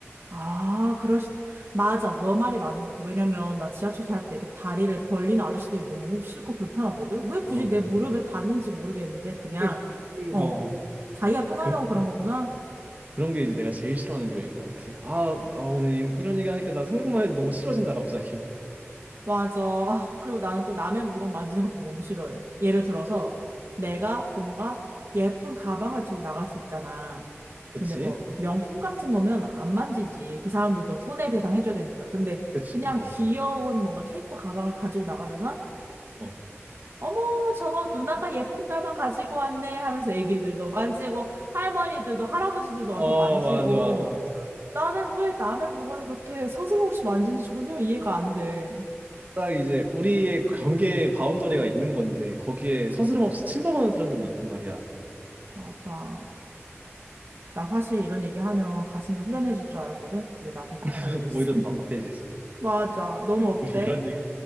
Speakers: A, on the right; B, on the right.
A: 아, 그럴 수, 맞아. 너 말이 맞는 것 같아. 왜냐면, 나 지하철 탈 때 이렇게 다리를 벌리는 아저씨들이 너무 싫고 불편하거든? 왜 굳이
B: 그러니까.
A: 내 무릎에 닿는지 모르겠는데, 그냥,
B: 그, 그,
A: 어,
B: 어,
A: 자기가 편하려고
B: 그런,
A: 그런
B: 그,
A: 거구나?
B: 그런 게 이제 내가 제일 싫어하는 이유인 것 같아. 아, 아 오늘 이- 이런 얘기 하니까 나 생각만 해도 너무 싫어진다 갑자기.
A: 맞아. 아, 그리고 나는 또 남의 물건 만지는 것도 너무 싫어해. 예를 들어서, 내가
B: 어,
A: 뭔가 예쁜 가방을 들고 나갈 수 있잖아.
B: 그치?
A: 근데 뭐, 명품 같은 거면 안 만지지. 그 사람들도 손해배상 해줘야 되니까. 근데
B: 그치.
A: 그냥
B: 어.
A: 귀여운 뭔가 캐릭터 가방을 가지고 나가잖아?
B: 어.
A: 어머, 저거 누나가 예쁜 가방 가지고 왔네 하면서 애기들도 만지고, 할머니들도, 할아버지들도 와서
B: 어,
A: 만지고,
B: 맞아, 맞아, 맞아.
A: 나는 왜 남의 물건을 그렇게 서슴없이 만지는지 전혀 이해가 안 돼.
B: 딱 이제 우리의 경계 바운더리가 있는 건데 거기에 서스럼 없이 침범하는 사람들도 있단 말이야.
A: 맞아. 나 사실 이런 얘기하면 가슴이 후련해질 줄 알았거든? 근데 나 더 불편해졌어.
B: <laughs> 오히려
A: <laughs>
B: 더 답답해지지.
A: 맞아. 너는 어때?
B: 우리 이런 얘기.